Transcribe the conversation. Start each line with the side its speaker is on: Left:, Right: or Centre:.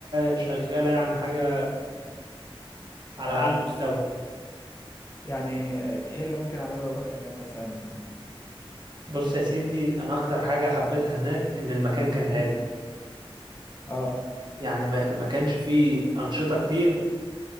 Right: شغالة يعني حاجة على
Left: اه
Right: أعلى مستوى
Left: يعني ايه اللي ممكن اعمله لو رحت هناك مثلا
Right: بص يا سيدي أنا أكتر حاجة حبيتها هناك إن المكان كان هادي
Left: مم. اه
Right: يعني ما, ما كانش فيه أنشطة كتير